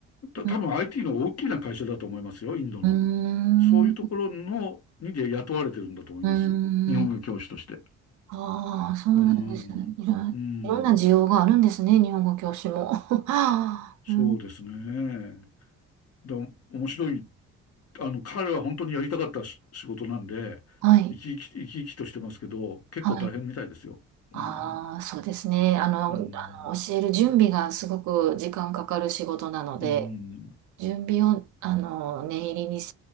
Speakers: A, on the left (about 55°); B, on the right (about 75°).
A: た多分
B: うん、
A: IT の大きな会社だと思いますよ、インドの。
B: うーん、
A: そういうところの、にで雇われてるんだと思います。
B: うーん、
A: 日本語教師として。
B: ああ、そうなんですね。
A: うん。
B: いろん、
A: うん。
B: いろんな需要があるんですね、日本語教師も。<laughs>
A: そうですね。
B: うん、
A: でも面白い。あの、彼は本当にやりたかったし仕事なんで、
B: はい、
A: 生き生き、生き生きとしてますけど、結構大変みたいですよ。
B: はい。
A: うん。
B: ああ、そうですね。あの、
A: うん、
B: あの、教える準備がすごく時間かかる仕事なので、
A: うん、
B: 準備を、あの、念入りにし